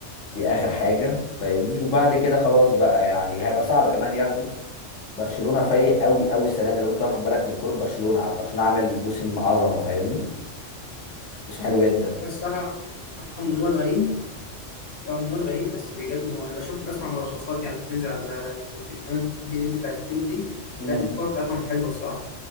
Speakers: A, on the left (about 85°); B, on the left (about 35°).
A: دي اخر حاجه فاهمني وبعد كده خلاص بقى يعني هيبقى صعب كمان ياخده برشلونه فايق قوي قوي السنه دي لو انت واخد بالك من كوره برشلونه برشلونه عامل موسم عظمه فاهمني مش حلو جدا
B: الصراحه رغم ان هو الغيم رغم ان هو الغيم بس بيقدم وانا بشوف بسمع ملخصات يعني بتنزل على قناه بي ان بتاعت اليوتيوب دي
A: امم
B: لا الكوره بتاعتهم حلوه الصراحه